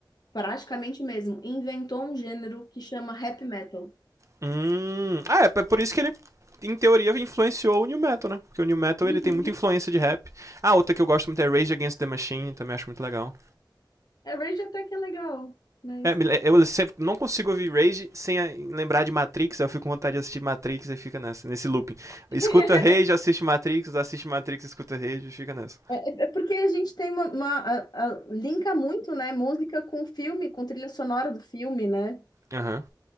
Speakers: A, on the left; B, on the right.
A: praticamente mesmo, inventou um gênero que chama rap metal.
B: Hum, ah, é, é por isso que ele em teoria, influenciou o New Metal, né? Porque o New Metal
A: <laughs>
B: ele tem muita influência de rap. Ah, outra que eu gosto muito é Rage Against the Machine, também acho muito legal.
A: É Rage até que é legal, mas.
B: É, eu sempre não consigo ouvir Rage sem lembrar de Matrix, eu fico com vontade de assistir Matrix e fica nessa, nesse looping.
A: <laughs>
B: Escuta Rage, assiste Matrix, assiste Matrix, escuta Rage e fica nessa.
A: É, é porque a gente tem uma, uma- a- a- linka muito, né? Música com filme, com trilha sonora do filme, né?
B: Uhum.